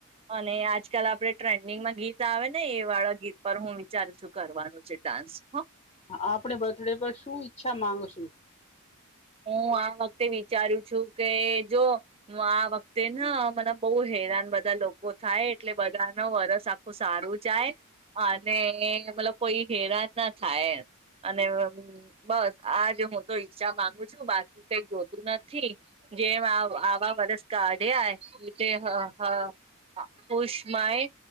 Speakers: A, on the right; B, on the left.
A: અને આજકાલ આપડે ટ્રેન્ડિંગમાં ગીત આવે ને એ વાળા ગીત પર હું વિચારું છું કરવાનું છે ડાન્સ હ
B: હ આપણે બર્થડે પર શું ઈચ્છા માંગુ સુ
A: હું આ વખતે વિચારું છું કે જો હું આ વખતે ન મને બહુ હેરાન બધા લોકો થાય એટલે બધા ન વરસ આખું સારું જાય અને મતલબ કોઈ હેરાન ના થાય એમ અને બસ આજ હું તો ઈચ્છા માંગુ છું બાકી કઈ જોતું નથી જેમ આવ આવા વરસ કાઢ્યા ઐતે હ હ પુષમાય